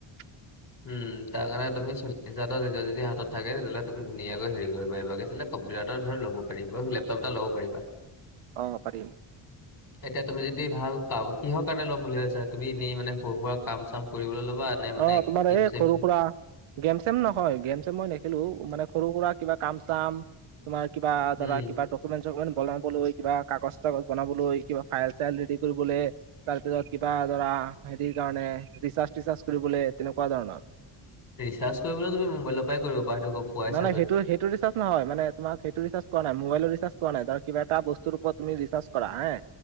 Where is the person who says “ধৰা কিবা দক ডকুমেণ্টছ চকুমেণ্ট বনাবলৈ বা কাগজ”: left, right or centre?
Right